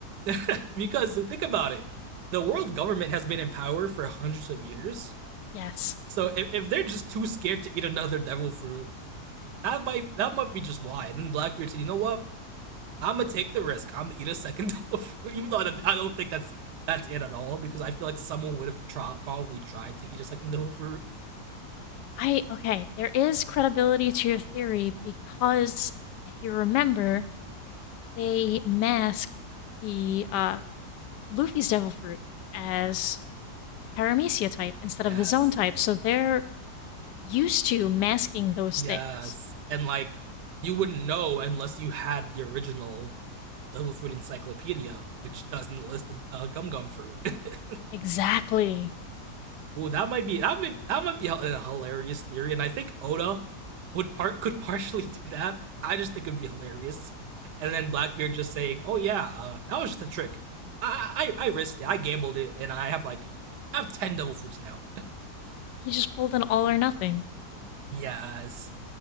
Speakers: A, on the right; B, on the left.
A: <laughs> because think about it. The world government has been in power for hundreds of years.
B: <laughs> yes.
A: So if, if they're just too scared to eat another devil fruit, that might that might be just why. And then Blackbeard said, you know what? I'm gonna take the risk. I'm gonna eat a second <laughs> double fruit, even though I don't- think that's that's it at all. Because I feel like someone would have tried, probably tried to eat a second <laughs> double fruit.
B: I okay, there is credibility to your theory because if you remember, they masked the uh, Luffy's Devil Fruit as a Paramecia type instead
A: Yes,
B: of the Zone type, so they're used to masking those
A: yes,
B: things.
A: and like you wouldn't know unless you had the original double fruit encyclopedia, which doesn't list the uh, gum gum fruit. <laughs>
B: Exactly.
A: Ooh, that might be that might that might be a, a hilarious theory, and I think Oda would part could <laughs> partially do that. I just think it would be hilarious, and then Blackbeard just saying, "Oh yeah, uh, that was just a trick. I, I I risked it. I gambled it, and I have like I have ten devil fruits now."
B: He just pulled an all or nothing.
A: Yes,